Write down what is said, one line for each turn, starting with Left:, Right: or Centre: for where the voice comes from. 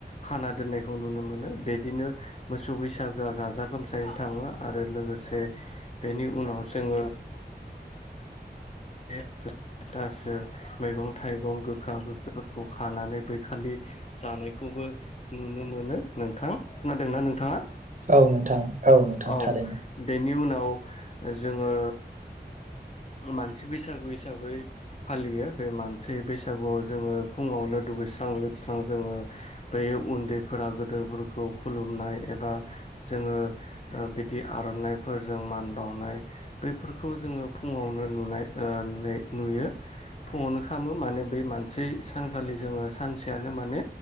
Left: खाना दोननायखौ नु नुनो मोनो बिदिनो मोसौ बैसागोआ गाजा गोमजायै थाङो आरो लोगोसे। बेनि उनाव जोङो। दे <unintelligible> थासो मैगं थाइगं गोखा गोखाैफोरखौ खानानै बैखालि जानायख खौबो नुनो मोनो नोंथां खोनादोंना नोंथांङा?
Right: औ नोंथां। नोंथां
Left: औ
Right: थारैनो
Left: बेनि उनाव जोङो मानसि बैसागु हिसाबै फालियो बे मानसि बैसागुआव जोङो फुंङावनो। दुगैस्रां लोबस्रां जोङो बै उन्दैफोरा गोदोरफोरखौ खुलुमनाय एबा। जोङो बिदि आर'नाइफोरजों मान बावनाय बैफोरखौ जोङो फुंङावनो नुनाय ओ नुनाय नुयो। फुंङावनो खालामो माने बै मानसि सानखालि जोङो सानसेयानो माने